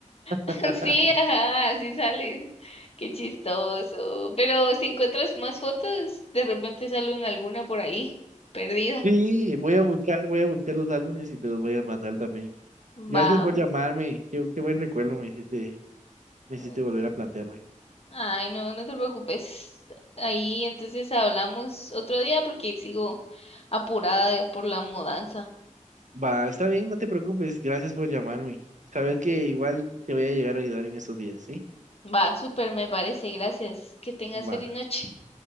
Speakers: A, on the right (about 70°); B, on the left (about 50°).
A: <laughs>
B: <laughs> Sí, ajá, así sales. Qué chistoso. Pero si encuentras más fotos, de repente salen alguna por ahí, perdida.
A: Sí, voy a buscar, voy a buscar los álbumes y te los voy a mandar también.
B: Va.
A: Gracias por llamarme. Qué, qué buen recuerdo me hiciste, me hiciste
B: mm,
A: volver a plantearme.
B: Ay, no, no te preocupes. Ahí entonces hablamos otro día porque sigo apurada de- por la mudanza.
A: Va, está bien, no te preocupes. Gracias por llamarme. Sabes que igual te voy a llegar a ayudar en esos días, ¿sí?
B: Va, súper, me parece. Gracias. Que tengas
A: Va.
B: feliz noche.